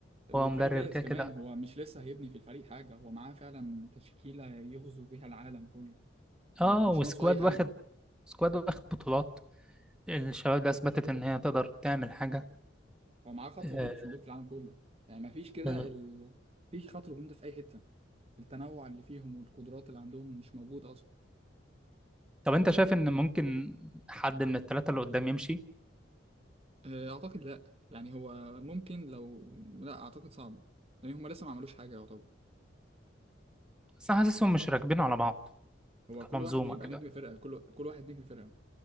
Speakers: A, on the right; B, in the centre.
A: وفريق
B: هو مدرب
A: جاهز
B: كده
A: كمان
B: كده
A: هو مش لسه هيبني في الفريق حاجة هو معاه فعلا تشكيلة يغزو بيها العالم كله
B: اه
A: هو مش
B: وسكواد
A: ناقصه اي حاجة
B: واخد سكواد واخد بطولات الشباب ده اثبتت ان هي تقدر تعمل حاجه
A: هو معاه خط
B: آه،
A: هجوم مش موجود في العالم كله يعني مفيش كده
B: بالظبط.
A: ال... مفيش خط هجوم ده في أي حتة التنوع اللي فيهم والقدرات اللي عندهم مش موجودة أصلا
B: طب انت شايف ان ممكن حد من الثلاثه اللي قدام يمشي
A: آه، أعتقد لأ يعني هو ممكن لو لأ أعتقد صعبة لأن هما لسه ما عملوش حاجة يعتبر
B: بس انا حاسسهم مش راكبين على بعض
A: هو
B: كمنظومه
A: كل واحد يبقى
B: كده
A: نجم فرقة كل كل واحد نجم فرقة